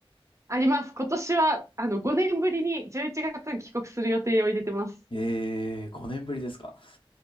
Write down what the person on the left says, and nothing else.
ええー、5年ぶりですか。